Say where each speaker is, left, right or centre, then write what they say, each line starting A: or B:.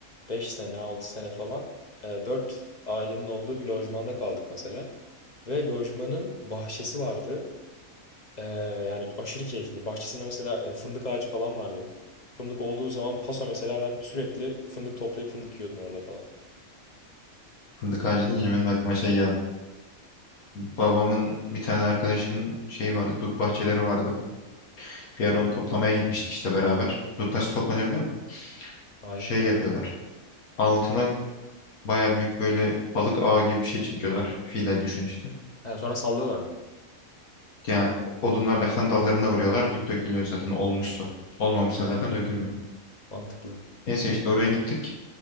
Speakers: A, on the left; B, on the left.
A: 5 sene 6 sene falan 4 ailenin olduğu bir lojmanda kaldık mesela. Ve lojmanın bahçesi vardı. Ee, yani aşırı keyifliydi. Bahçesinde mesela e, fındık ağacı falan vardı. Fındık olduğu zaman paso mesela ben sürekli fındık toplayıp fındık yiyordum orada falan.
B: fındık ağacı deyince benim aklıma şey geldi. Babamın bir tane arkadaşının şeyi vardı. Dut bahçeleri vardı. Bir ara onu toplamaya gitmiştik işte beraber. Dut nasıl toplanıyor biliyor musun?
A: Hayır.
B: Şey yapıyorlar. altına baya büyük böyle balık ağı gibi bir şey çekiyorlar. File düşün işte.
A: Ha, sonra sallıyorlar mı?
B: Yani odunlarla falan dallarına vuruyorlar. Dut dökülüyor zaten olmuşsa. Olmamışsa
A: He,
B: zaten dökülmüyor.
A: mantıklı.
B: Neyse işte oraya gittik.